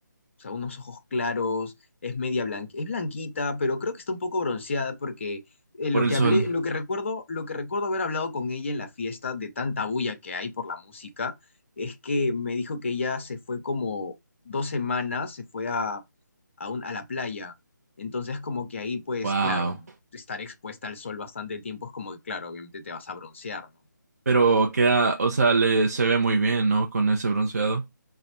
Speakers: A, on the left (about 40°); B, on the right (about 50°).
A: o sea, unos ojos claros, es media blanca, es blanquita, pero creo que está un poco bronceada porque eh,
B: por
A: lo
B: el
A: que
B: sol.
A: hablé, lo que recuerdo, lo que recuerdo haber hablado con ella en la fiesta de tanta bulla que hay por la música, es que me dijo que ella se fue como dos semanas, se fue a, a, un- a la playa, entonces como que ahí pues
B: Wow.
A: claro, estar expuesta al sol bastante tiempo es como que claro, obviamente te vas a broncear, ¿no?
B: Pero queda, o sea, le se ve muy bien, ¿no? Con ese bronceado.